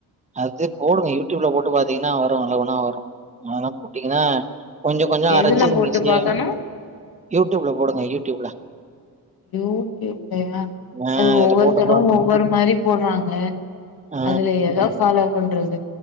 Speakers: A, on the right (about 20°); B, on the left (about 70°).
A: அது போடுங்க யூடியூப்ல போட்டு பாத் <unintelligible> வரு எல்லா ஒன்னா வரும் <unintelligible> டீங்கனா கொஞ்ச-கொஞ்ச
B: எதுல
A: அரைச்சு நீங்க
B: போட்டு
A: செய்ய
B: பாக்கணு
A: யூடியூபுல போடுங்க யூடியூபுல
B: யூடியூப்லயா
A: ஆ
B: அது ஒவ்வொருத்தரு
A: இத போட்டு போ
B: ஒவ்வொரு மாதிரி போடுறாங்க
A: ஆ
B: அதுல எதா ஃபாலோப் பண்றது